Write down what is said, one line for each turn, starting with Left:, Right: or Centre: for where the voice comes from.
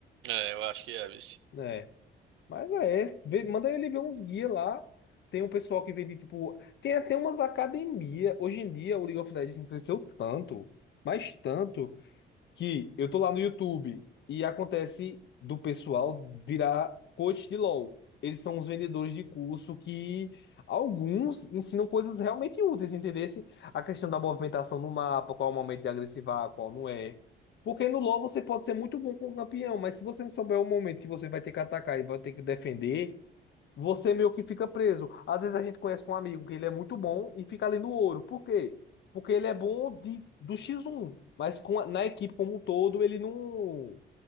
Right: É, eu acho que é, vice.
Left: É. Mas é, vê- manda ele ver uns guias lá. Tem um pessoal que vende, tipo. Tem até umas academias. Hoje em dia, o League of Legends cresceu tanto, mas tanto, que eu tô lá no YouTube e acontece do pessoal virar coach de LoL. Eles são os vendedores de curso que alguns ensinam coisas realmente úteis, entendesse? A questão da movimentação no mapa, qual é o momento de agressivar, qual não é. Porque no LoL você pode ser muito bom com o campeão, mas se você não souber o momento que você vai ter que atacar e vai ter que defender, você meio que fica preso. Às vezes a gente conhece um amigo que ele é muito bom e fica ali no ouro. Por quê? Porque ele é bom de, do X1, mas com a- na equipe como um todo ele não